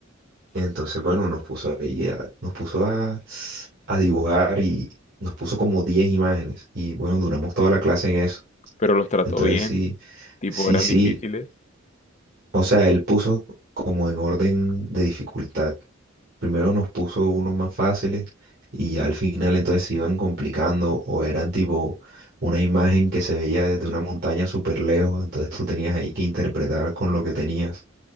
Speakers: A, on the right; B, on the left.
A: Entonces, bueno, nos puso ahí, a- nos puso a, a dibujar y nos puso como 10 imágenes y bueno, duramos toda la clase en eso.
B: pero los trató
A: Entonces,
B: bien,
A: sí,
B: tipo,
A: sí,
B: eran
A: sí.
B: difíciles,
A: O sea, él puso como en orden de dificultad. Primero nos puso unos más fáciles y ya al final entonces se iban complicando o eran tipo una imagen que se veía desde una montaña súper lejos, entonces tú tenías ahí que interpretar con lo que tenías.